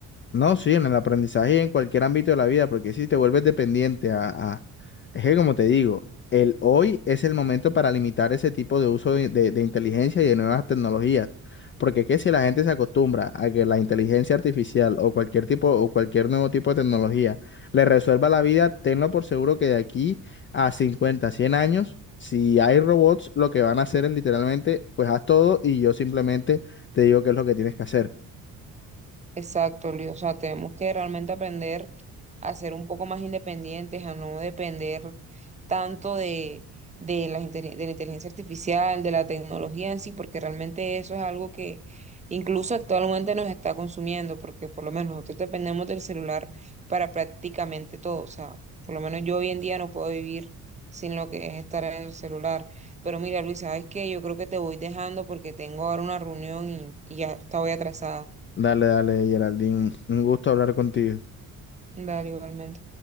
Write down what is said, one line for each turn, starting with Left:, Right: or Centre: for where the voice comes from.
Left: No, sí, en el aprendizaje y en cualquier ámbito de la vida, porque si te vuelves dependiente a, a- Es que como te digo, el hoy es el momento para limitar ese tipo de uso de, de- de inteligencia y de nuevas tecnologías, porque es que si la gente se acostumbra a que la inteligencia artificial o cualquier tipo o cualquier nuevo tipo de tecnología le resuelva la vida, tenlo por seguro que de aquí a 50, 100 años, si hay robots, lo que van a hacer es literalmente, pues haz todo y yo simplemente te digo qué es lo que tienes que hacer.
Right: Exacto, Luis. O sea, tenemos que realmente aprender a ser un poco más independientes, a no depender tanto de, de la, inte- de la inteligencia artificial, de la tecnología en sí, porque realmente eso es algo que incluso actualmente nos está consumiendo, porque por lo menos nosotros dependemos del celular para prácticamente todo. O sea, por lo menos yo hoy en día no puedo vivir sin lo que es estar en el celular. Pero mira, Luis, ¿sabes qué? Yo creo que te voy dejando porque tengo ahora una reunión y, y ya estaba atrasada.
Left: Dale, dale, Geraldine. Un gusto hablar contigo.
Right: Dale, igualmente.